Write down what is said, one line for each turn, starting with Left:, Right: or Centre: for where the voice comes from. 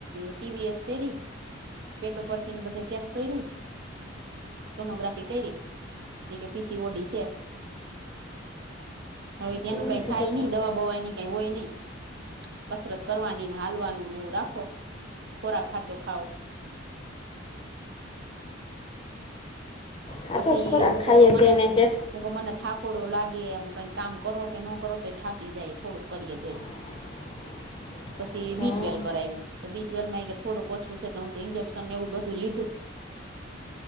Right: ટી વી એસ કઇરી. પેટ ઉપરથી ને બધેઈ ચેક કઇરુ. સોનોગ્રાફી કઈરી જે કે પી સી ઓ ડી છે. હવે કે
Left: તો
Right: એનું
Left: એને
Right: કાઈ
Left: કીધું
Right: થાય ની દવા બવા એની કાઈ હોય ની. કસરત કરવાની ને હાલવાનું ને એવું રાખો ખોરાક હાચો ખાઓ.
Left: સાચો
Right: પછી
Left: જ ખોરાક
Right: હું
Left: ખાઈએ
Right: કોતો મને
Left: છે એને કે
Right: હું કો મને થાકોડો લાગે એમ કઈ કામ કરો કે ન કરો તોઈ થાકી જાય થોડુંક કરીએ તોય.
Left: <inaudible>
Right: પછી
Left: હં.
Right: બી ટ્વેલ કરાઇવું તો બી ટ્વેલ માં ઇ કે થોડુંક ઓછું છે તો હું ઇન્જેક્શન એવું બધું લીધું.